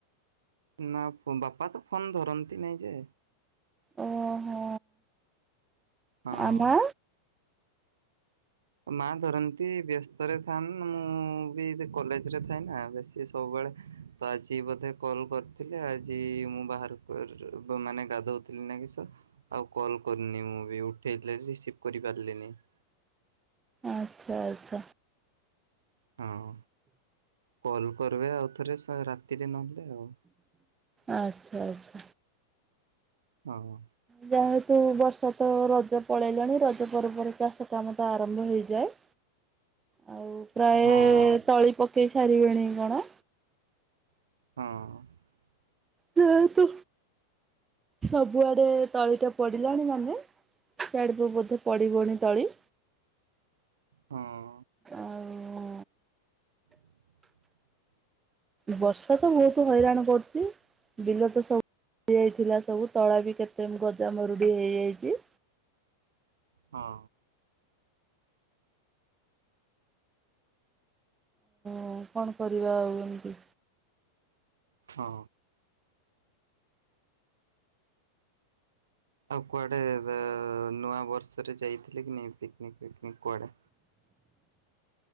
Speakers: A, on the right (about 65°); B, on the right (about 15°).
A: ନା ବାପା ତ ଫୋନ ଧରନ୍ତି ନାଇଁ ଯେ।
B: ଓହୋ
A: ହଁ।
B: ଆ ମା
A: ମା ଧରନ୍ତି ବ୍ୟସ୍ତରେ ଥାନ୍ତି ମୁଁ ବି କଲେଜ ରେ ଥାଏ ନା ବେଶୀ ସବୁବେଳେ ତ ଆଜି ବୋଧେ କଲ୍ କରିଥିଲେ ଆଜି ମୁଁ ବାହାରକୁ ମାନେ ଗାଧଉ ଥିଲି ନା କିସ ଆଉ କଲ କରିନି ମୁଁ ବି ଉଠେଇ ଥିଲି ଆଜି ରିସିଭ କରିପାରିଲିନି। <inaudible>
B: ଆଚ୍ଛା। ଆଚ୍ଛା।
A: ହଁ କଲ କରବେ ଆଉଥରେ ସେ ରାତିରେ ନହେଲେ। ଆଉ
B: ଆଚ୍ଛା ଆଚ୍ଛା।
A: ହ ହ।
B: ଯାହା ହଉ ତୁ ବସ ତ ରଜ ପଳେଇଲାଣି ରଜ ପରେ ପରେ ଚାଷ କାମ ତ ଆରମ୍ଭ ହେଇଯାଏ। ଆଉ ପ୍ରାୟେ
A: ହଁ ହଁ।
B: ତଳି ପକେଇ ସାରିବେଣି କଣ।
A: ହଁ।
B: ସେଇଆ ତ ସବୁଆଡେ ତଳିଟା ପଡିଲାଣି ମାନେ ସିଆଡ ସବୁ ପଡିବନି ତଳି।
A: ହଁ।
B: ଆଉ ବର୍ଷା ତ ବହୁତ ହଇରାଣ କରୁଛି ବିଲ ତ ସବୁ ହେଇ ଯାଇଥିଲା ସବୁ ତଳା ବି କେତେ ଗଜା ମରୁଡି ହେଇଯାଇଚି।
A: ହଁ।
B: ହଁ କଣ କରିବା ଆଉ ଏମତି।
A: ହଁ। ଆଉ କୁଆଡେ ନୂଆ ବର୍ଷରେ ଯାଇଥିଲେ କି ନାଇଁ ପିକନିକ ଫିକନିକ କୁଆଡେ